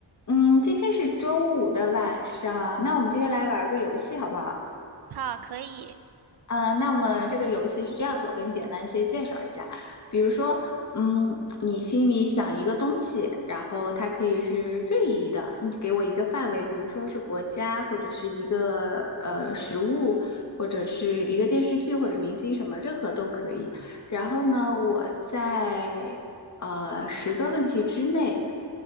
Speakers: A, on the left; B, on the right.
A: 嗯，今天是周五的晚上，那我们今天来玩儿个游戏好不好？
B: 好，可以。
A: 啊、那么这个游戏是这样子，我给你简单先介绍一下。比如说，嗯，你心里想一个东西，然后它可以是任意的，你给我一个范围，比如说是国家，或者是一个呃食物，或者是一个电视剧或者明星什么，任何都可以。然后呢，我在呃十个问题之内。